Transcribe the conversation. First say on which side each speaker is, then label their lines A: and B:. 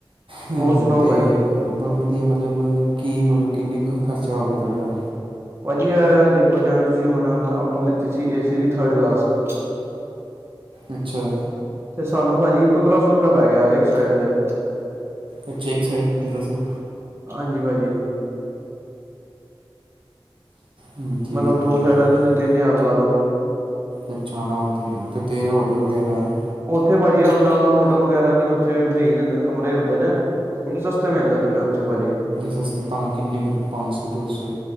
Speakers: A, on the right; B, on the right.
A: ਹੂੰ
B: ਹੋਰ ਸੁਣਾਓ
A: ਤੇ
B: ਭਾਜੀ
A: ਵਧੀਆ ਮਤਲਬ ਕੀ ਮਤਲਬ ਕਿੰਨੇ ਕੁ ਖਰਚਾ ਹੋ ਗਿਆ ਤੁਹਾਡਾ
B: ਭਾਜੀ ਆ ਦੇਖੋ ਜਿਵੇਂ ਤੁਸੀਂ ਹੁਣ ਆਪਾਂ ਲਿੱਤੀ ਸੀ ਏਸੀ ਦੀ ਥਰਡ ਕਲਾਸ <inaudible>
A: ਅੱਛਾ
B: ਤੇ ਸਾਨੂੰ ਭਾਜੀ ਪੰਦਰਾਂ ਸੌ ਰੁਪਆ ਪੈ ਗਿਆ ਇੱਕ ਸਾਈਡ ਦੇ
A: ਅੱਛਾ ਇੱਕ ਸਾਈਡ ਪੰਦਰਾਂ ਸੌ
B: ਹਾਂਜੀ ਭਾਜੀ
A: ਹੂੰ ਠੀਕ
B: ਮਤਲਬ
A: ਹੈ
B: ਦੋ
A: ਠੀਕ
B: ਸਾਈਡ
A: ਹੈ
B: ਤੁਸੀਂ ਤਿੰਨ ਹਜ਼ਾਰ ਲਾ ਲਓ
A: ਅੱਛਾ ਹਾਂ ਉਹ ਤਾਂ ਹੈ ਅਤੇ ਤੇਰੇ ਹੋਟਲ ਵਗੈਰਾ ਹੈ
B: ਇੱਥੇ ਭਾਜੀ ਆਪਣਾ ਹੋਟਲ ਵਗੈਰਾ ਨਹੀਂ ਉੱਥੇ ਦੇਖ ਦਿੰਦੇ ਨੇ ਕਮਰੇ ਹੁੰਦੇ ਨੇ ਤੇ ਬੜੇ ਸਸਤੇ ਮਿਲ ਜਾਂਦੇ ਨੇ ਉੱਥੇ ਭਾਜੀ
A: ਸਸ ਕਿ ਕੁ ਪੰਜ ਸੌ ਦੋ ਸੌ